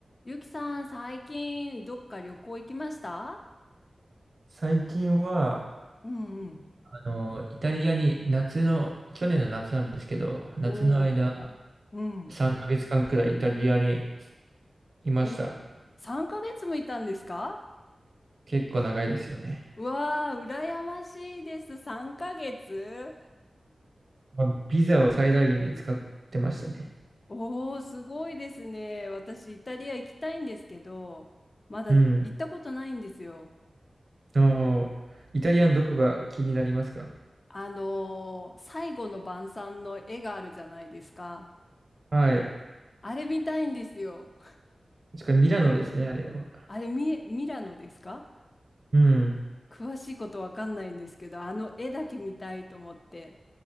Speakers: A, on the left; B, on the right.
A: ゆきさん、最近どっか旅行行きました
B: 最近は、
A: うんうん。
B: あの、イタリアに夏の、去年の夏なんですけど、夏の間、
A: おお、うん。
B: 3ヶ月間くらいイタリアにいました。
A: お、3ヶ月もいたんですか
B: 結構長いですよね。
A: うわー、羨ましいです。3ヶ月
B: あのビザを最大限に使ってましたね。
A: おー、すごいですね。私、イタリア行きたいんですけど、まだ行ったことないんですよ。
B: うん。おーイタリアのどこが気になりますか
A: あのー最後の晩餐の絵があるじゃないですか。
B: はい。
A: あれ見たいんですよ。
B: しかもミラノですね、あれは。
A: あれ、ミ、ミラノですか
B: うん。
A: 詳しいことわかんないんですけど、あの絵だけ見たいと思って。